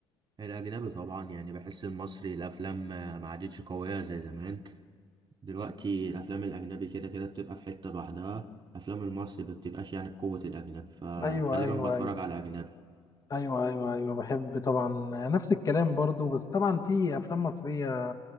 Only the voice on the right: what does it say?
الاجنبي طبعا يعني بحس المصري الافلام آه، ما عادتش قويه زي زمان دلوقتي الافلام الاجنبي كده كده بتبقى في حتة لوحدها افلام المصري ما بتبقاش يعني بقوة الاجنبي فغالبا
بتفرج
على اجنبي